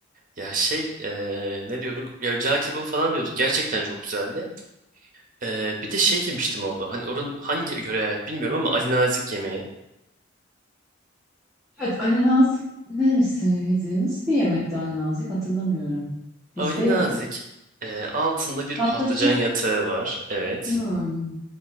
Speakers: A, on the right; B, in the centre.
A: Ya şey eee, ne diyorduk? Ya cağ kebabı falan diyorduk. Gerçekten çok güzeldi. Eee, bir de şey yemiştim orada. Hani oranın hangi yöreye ait bilmiyorum ama Ali Nazik yemeği.
B: Evet Ali Nazik neresiydi? Nasıl bir yemekti Ali Nazik hatırlamıyorum. Bizde
A: Ali
B: yok.
A: Nazik eee, altında bir
B: Tatlıcı
A: patlıcan yatağı var. Evet.
B: hmm,